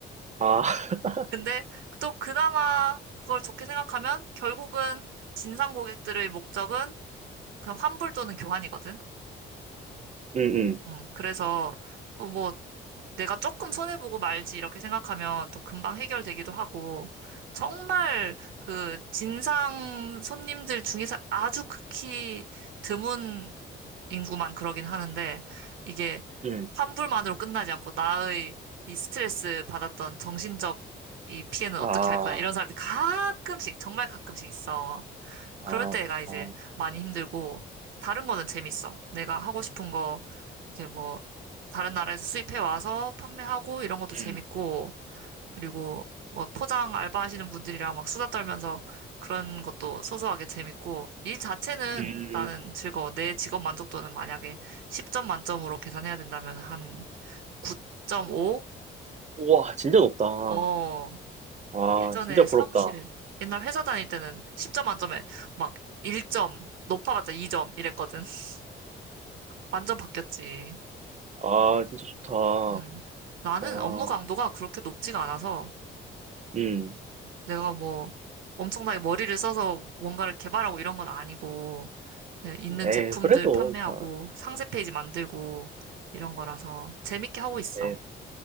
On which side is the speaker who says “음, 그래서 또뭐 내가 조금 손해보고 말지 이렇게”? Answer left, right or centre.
Right